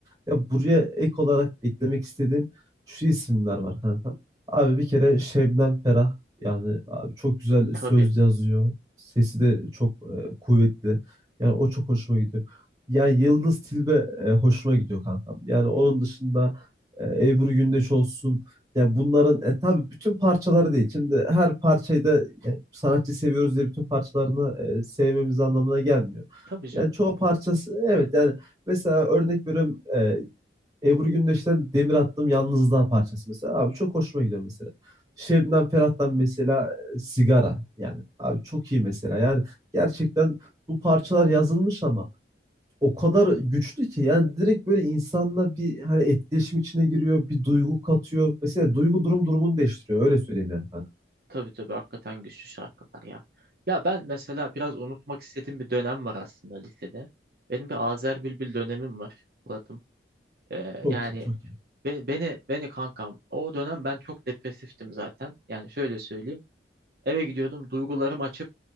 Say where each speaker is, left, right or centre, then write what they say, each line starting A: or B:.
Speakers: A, on the right; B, on the right.
A: Ya buraya ek olarak eklemek istediğim şu isimler var kanka. Abi bir kere Şebnem Ferah yani abi çok güzel
B: Tabii.
A: söz yazıyor. Sesi de çok e, kuvvetli. Yani o çok hoşuma gidiyor. Yani Yıldız Tilbe e, hoşuma gidiyor kanka. Yani onun dışında e, Ebru Gündeş olsun ya bunların e, tabii bütün parçaları değil. Şimdi her parçayı da e, sanatçı seviyoruz diye bütün parçalarını e, sevmemiz anlamına gelmiyor.
B: Tabii canım.
A: Yani çoğu parçası evet yani mesela örnek veriyorum e, Ebru Gündeş'ten Demir Attım Yalnızlığa parçası mesela. Abi çok hoşuma gidiyor mesela. Şebnem Ferah'tan mesela e, Sigara yani abi çok iyi mesela. Yani gerçekten bu parçalar yazılmış ama o kadar güçlü ki yani direkt böyle insanla bir hani etkileşim içine giriyor, bir duygu katıyor. Mesela duygu durum durumunu değiştiriyor. Öyle söyleyeyim yani kanka.
B: Tabii tabii hakikaten güçlü şarkılar ya. Ya ben mesela biraz unutmak istediğim bir dönem var aslında lisede. Benim bir Azer Bülbül dönemim var Murat'ım. Ee,
A: Çok
B: yani
A: iyi, çok iyi.
B: be- beni beni kankam o dönem ben çok depresiftim zaten. Yani şöyle söyleyeyim. Eve gidiyordum duygularım açıp